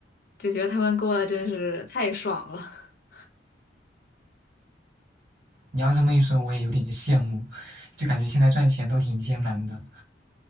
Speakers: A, on the left (about 55°); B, on the right (about 60°).
A: 就觉得他们过得真是太爽了。<laughs>
B: 你要这么一说，我也有点羡慕，就感觉现在赚钱都挺艰难的。